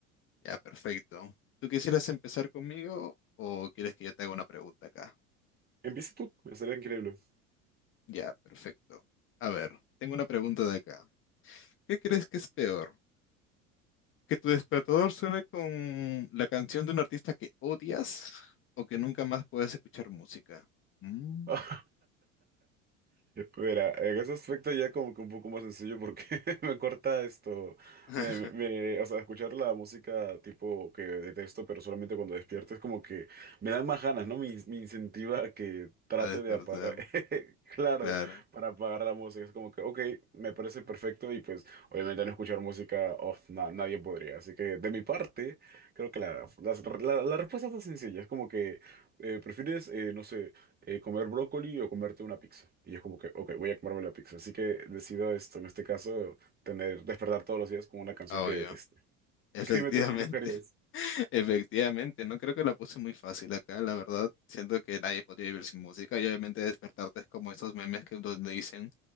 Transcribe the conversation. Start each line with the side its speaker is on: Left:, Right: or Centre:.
Left: Ya, perfecto. ¿Tú quisieras empezar conmigo o quieres que yo te haga una pregunta acá?
Right: Empieza tú. Estaría increíble.
Left: Ya, perfecto. A ver, tengo una pregunta de acá. ¿Qué crees que es peor? ¿Que tu despertador suene con la canción de un artista que odias o que nunca más puedas escuchar música? Mm.
Right: <laughs> Mira, en ese aspecto ya como que un poco más sencillo porque <laughs> me corta esto,
Left: <laughs>
Right: me, me- me- o sea, escuchar la música tipo que detesto, pero solamente cuando despierto es como que me da más ganas, ¿no? Me, in- me incentiva a que trate
Left: A despertar,
Right: de apagar, <laughs> claro,
Left: claro,
Right: para apagar la música. Es como que, ok, me parece perfecto y pues obviamente no escuchar música, oh, na- nadie podría. Así que de mi parte, creo que la, las- la, la respuesta está sencilla, es como que eh, prefieres, eh, no sé eh, comer brócoli o comerte una pizza. Y es como que, ok, voy a comerme la pizza. Así que decido esto, en este caso, tener, despertar todos los días con una canción
Left: ah,
Right: que
Left: obvio.
Right: deteste. <laughs>
Left: Efectivamente,
Right: ¿Qué me toque brujerías?
Left: <laughs> efectivamente, no creo que la puse muy fácil acá, la verdad. Siento que nadie podría vivir sin música y obviamente despertarte es como esos memes que donde dicen